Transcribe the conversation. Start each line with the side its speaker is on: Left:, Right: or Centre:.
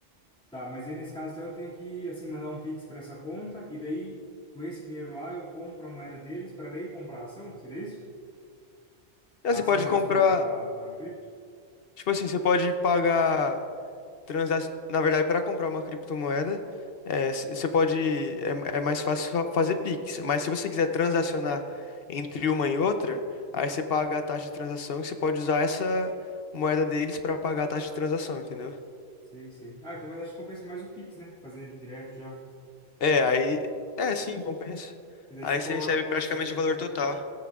Centre: Tá, mas aí nesse caso então, eu tenho que, assim, mandar um Pix para essa conta e daí, com esse dinheiro lá, eu compro a moeda deles para daí comprar a ação? Seria isso?
Left: Não,
Centre: A
Left: você
Centre: ação
Left: pode
Centre: não,
Left: comprar,
Centre: desculpa, a, a cripto?
Left: tipo assim, você pode pagar. transa- na verdade, para comprar uma criptomoeda, você pode, é, é mais fácil fa- fazer Pix. Mas se você quiser transacionar entre uma e outra, aí você paga a taxa de transação e você pode usar essa moeda deles para pagar a taxa de transação, entendeu?
Centre: Sei, sei. Ah, então, mas acho que compensa mais o Pix, né? Fazer direto já.
Left: É, aí, é sim, compensa.
Centre: E daí
Left: Aí
Centre: você coloca
Left: você recebe
Centre: quando
Left: praticamente
Centre: você quer
Left: o valor
Centre: comprar.
Left: total.